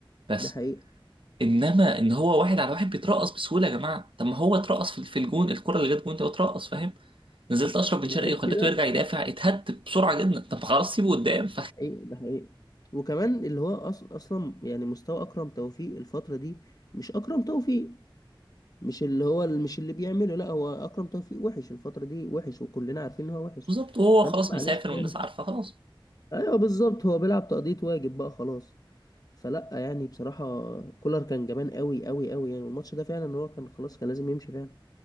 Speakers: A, on the right (about 75°); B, on the left (about 45°).
A: بس
B: ده حقيقي
A: انما ان هو واحد على واحد بيترقص بسهوله يا جماعه طب ما هو اترقص في في الجون الكره اللي جت جون ده اترقص فاهم نزلت اشرف بن
B: وغير
A: شرقي وخليته
B: كده
A: يرجع يدافع اتهد بسرعه جدا طب خلاص سيبه قدام <laughs>
B: ده حقيقي ده حقيقي وكمان اللي هو أص... اصلا يعني مستوى اكرم توفيق الفتره دي مش اكرم توفيق مش اللي هو مش اللي بيعمله لا هو اكرم توفيق وحش الفتره دي وحش وكلنا عارفين ان هو وحش
A: بالظبط وهو
B: فانت
A: خلاص
B: معلش
A: مسافر
B: <laughs> يعني
A: والناس عارفه خلاص
B: ايوه بالظبط هو بيلعب تقضيه واجب بقى خلاص فلا يعني بصراحه كولر كان جبان قوي قوي قوي يعني والماتش ده فعلا هو كان خلاص كان لازم يمشي فعلا